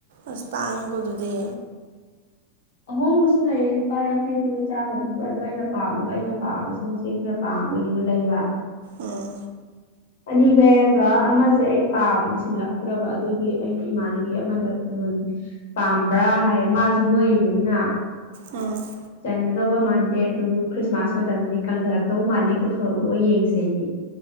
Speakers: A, on the right (about 55°); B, on the left (about 55°).
A: ꯑꯁ ꯇꯥꯡꯒꯗꯨꯗꯤ
B: ꯑꯍꯣꯡꯕꯁꯨ ꯂꯩꯌꯦ ꯂꯨꯄꯥ ꯌꯥꯡꯈꯩ ꯄꯤꯕ ꯆꯥꯕꯕ ꯑꯗꯣ ꯑꯩꯅ ꯄꯥꯝꯗꯕ ꯑꯩꯅ ꯄꯥꯝꯕꯁꯤꯡ ꯁꯤ ꯈꯔ ꯄꯥꯝꯝꯕ ꯕꯒꯤꯗꯨ ꯂꯩꯕ
A: ꯎꯝ
B: ꯑꯅꯤ ꯂꯩꯔꯒ ꯑꯃꯁꯦ ꯑꯩ ꯄꯥꯝꯁꯤꯜꯂꯛꯇ꯭ꯔꯕ ꯑꯗꯨꯒꯤ ꯑꯩꯅ ꯏꯃꯥꯟꯅꯕꯤ ꯑꯃꯗ ꯄꯥꯝꯕ꯭ꯔꯥ ꯍꯥꯏꯌꯦ ꯃꯥꯁꯨ ꯅꯣꯏꯔꯤꯕꯅꯤꯅ
A: ꯎꯝ
B: ꯆꯥꯅꯤꯡꯒꯗꯧꯕ ꯃꯥꯟꯗꯦ ꯑꯗꯨꯕꯨ ꯈ꯭ꯔꯤꯁꯃꯥꯁ ꯃꯇꯝꯗꯗꯤ ꯀꯪꯊꯔꯛꯇꯧ ꯃꯥꯜꯂꯤ ꯄꯨꯊꯣꯔꯛꯑꯣ ꯌꯦꯡꯁꯦ <inaudible>